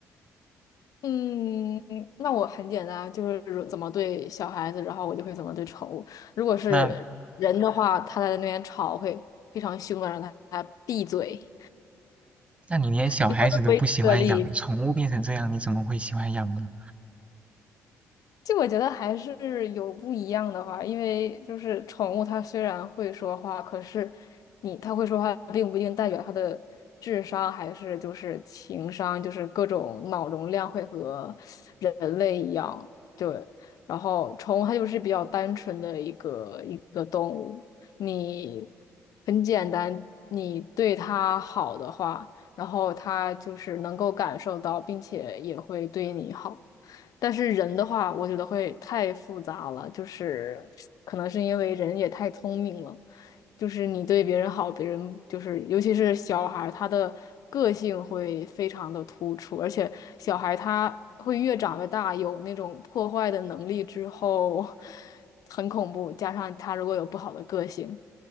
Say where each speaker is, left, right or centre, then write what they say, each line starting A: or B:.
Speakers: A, on the left; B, on the right.
A: 嗯，那我很简单，就是如怎么对小孩子，然后我就会怎么对宠物。如果是人的话，
B: 那
A: 他在那边吵会非常凶的，让他闭嘴。
B: 那你连小孩子都不喜欢养，
A: 以我的威慑力
B: 宠物变成这样，你怎么会喜欢养呢？
A: 就我觉得还是有不一样的话，因为就是宠物它虽然会说话，可是你它会说话，并不一定代表它的智商还是就是情商，就是各种脑容量会和人类一样。对，然后宠物它就是比较单纯的一个一个动物，你很简单，你对它好的话，然后它就是能够感受到，并且也会对你好。但是人的话，我觉得会太复杂了，就是可能是因为人也太聪明了，就是你对别人好，别人就是尤其是小孩儿，他的个性会非常的突出，而且小孩他会越长越大，有那种破坏的能力之后，很恐怖，加上他如果有不好的个性，